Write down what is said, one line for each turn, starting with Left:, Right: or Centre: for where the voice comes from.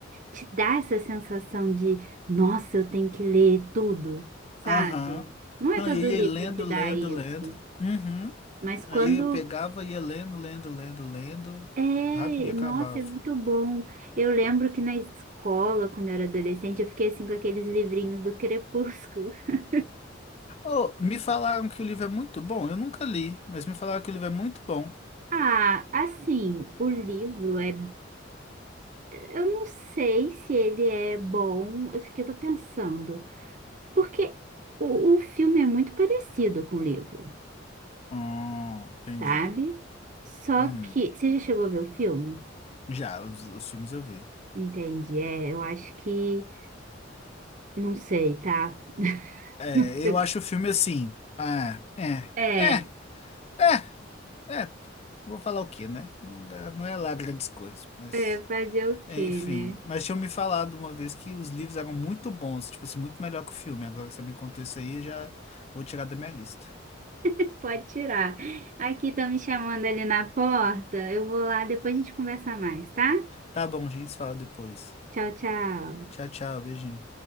Right: te dá essa sensação de, nossa, eu tenho que ler tudo, sabe?
Left: Aham.
Right: Não é
Left: Não,
Right: todo
Left: e eu ia
Right: livro
Left: lendo,
Right: que dá
Left: lendo,
Right: isso,
Left: lendo. Uhum.
Right: mas quando
Left: Aí eu pegava, ia lendo, lendo, lendo, lendo.
Right: é,
Left: Rapidinho
Right: nossa,
Left: acabava.
Right: é muito bom. Eu lembro que na escola, quando eu era adolescente, eu fiquei assim com aqueles livrinhos do Crepúsculo. <laughs>
Left: Oh, me falaram que o livro é muito bom. Eu nunca li, mas me falaram que o livro é muito bom.
Right: Ah, assim, o livro é, eu não sei se ele é bom, eu fiquei, eu tô pensando. Porque o, o filme é muito parecido com o livro,
Left: Hum, entendi.
Right: sabe? Só
Left: Uhum.
Right: que. Você já chegou a ver o filme?
Left: Já, os, os filmes eu vi.
Right: Entende? É, eu acho que. Não sei, tá? <laughs>
Left: É,
Right: Não sei
Left: eu
Right: o
Left: acho
Right: que.
Left: o filme assim. Ah, é,
Right: É,
Left: é, é, é. é, Vou falar o quê, né? Não dá- não é lá grandes coisas, mas.
Right: é fazer o quê,
Left: Enfim.
Right: né?
Left: Mas tinham me falado uma vez que os livros eram muito bons, tipo assim, muito melhor que o filme. Agora que você me contou isso aí, eu já vou tirar da minha lista.
Right: <laughs> Pode tirar. Aqui estão me chamando ali na porta. Eu vou lá, depois a gente conversa mais, tá?
Left: Tá bom, gente, se fala depois.
Right: Tchau, tchau.
Left: Tchau, tchau, beijinho.